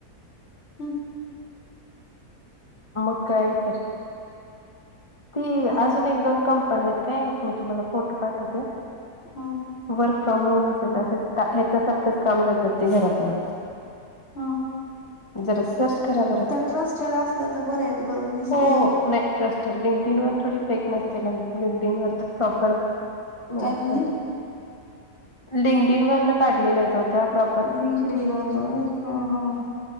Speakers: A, on the left; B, on the left.
A: हम्मं.
B: मग काय तर. ती
A: मग
B: अजून एक दोन कंपनी हाईत काय, मी तुम्हाला फोटो पाठवते.
A: हम्म.
B: वर्क फ्रॉम होमचेता असच का ह्याच्यासारखचं काम देतात ते घरातनं.
A: हा.
B: जरा सर्च करा बर.
A: ट्रस्टेड असल्या तर बऱ्या आहेत ग उगीच
B: हो
A: ते
B: हो नाही. ट्रस्ट लिंगडिन वर थोडी फेक नसते लिं लिंगडिन वर तर प्रॉपर
A: काय
B: नसते.
A: म्हणली
B: लिंगडींवरनं काढलेल्या हाईत ओ त्या प्रॉ
A: लिंकडीन वर्ण होय हा हा.